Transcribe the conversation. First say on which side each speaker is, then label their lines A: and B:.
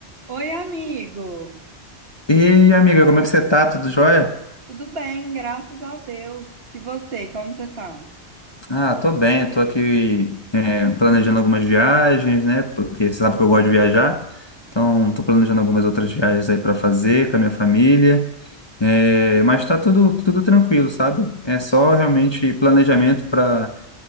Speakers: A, on the right; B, on the left.
A: Oi, amigo.
B: E amiga, como é que você tá? Tudo jóia?
A: Tudo bem, graças a Deus. E você, como você tá?
B: Ah, tô bem, tô aqui é, planejando algumas viagens, né? Porque você sabe que eu gosto de viajar, então tô planejando algumas outras viagens aí para fazer com a minha família, É, mas tá tudo, tudo tranquilo, sabe? É só realmente planejamento para